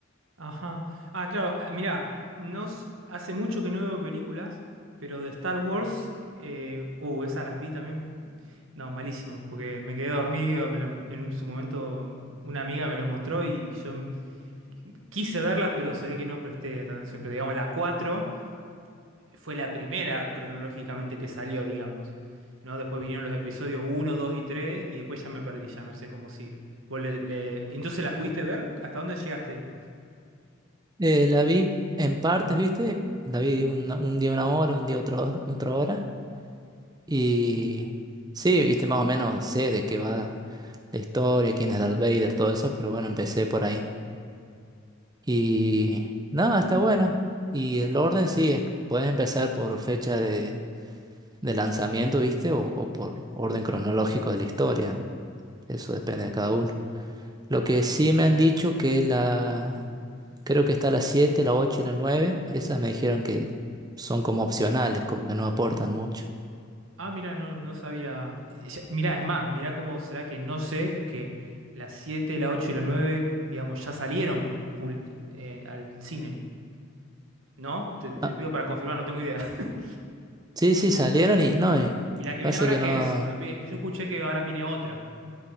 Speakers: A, on the right; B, on the right.
A: ajá. Ah, claro, ah, mirá, no, s- hace mucho que no veo películas, pero de Star Wars, eh, uh, esas las vi también. No, malísimo, porque me quedé dormido, me lo- en un- su momento una amiga me los mostró y yo m- quise verlas, pero se ve que no presté atención. Pero digamos, la 4 fue la primera cronológicamente que salió, digamos. ¿No? Después vinieron los episodios uno, 2 y 3 y después ya me perdí, ya no sé cómo sigue. ¿Vos le- le- Entonces las pudiste ver? ¿Hasta dónde llegaste?
B: Eh, la vi en partes, viste, la vi una- un día una hora, un día otro, otra hora. Y sí, viste, más o menos sé de qué va la historia, quién es Darth Vader, todo eso, pero bueno, empecé por ahí. Y nada, está bueno. Y el orden sí, es- puedes empezar por fecha de, de lanzamiento, viste, o, o por orden cronológico de la historia. Eso depende de cada uno. Lo que sí me han dicho que la... Creo que está la siete la 8 y la nueve Esas me dijeron que son como opcionales, como que no aportan mucho.
A: Ah, mira, no, no sabía. Ya- Mirá, es más, mirá cómo será que no sé que las 7, la 8 y la 9, digamos, ya salieron pul- eh, al cine. ¿No? Te, te
B: Ah,
A: pido para confirmar, no tengo idea. <laughs>
B: Sí, sí, salieron y no, y
A: ¿Y y la que
B: pasa
A: viene ahora
B: que
A: qué
B: no.
A: es? Ah, vi- Yo escuché que ahora viene otra.